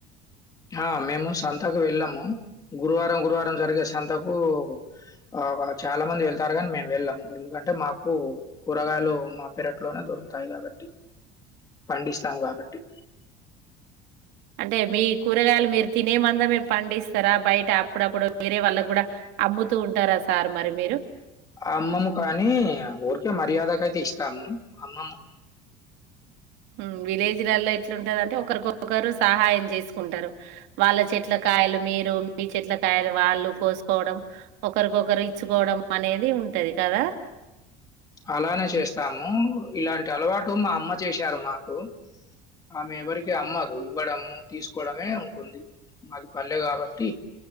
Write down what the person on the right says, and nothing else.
అంటే మీ కూరగాయలు మీరు తినే మందమే పండిస్తారా బయట అప్పుడప్పుడు వేరే వాళ్ళకు కూడా అమ్ముతూ ఉంటారా సార్ మరి మీరు
మ్ విలేజ్లలో ఎట్లుంటదంటే ఒకరికొకరు సహాయం చేసుకుంటారు వాళ్ళ చెట్ల కాయలు మీరు మీ చెట్ల కాయలు వాళ్ళు కోసుకోవడం ఒకరికొకరు ఇచ్చుకోవడం అనేది ఉంటది కదా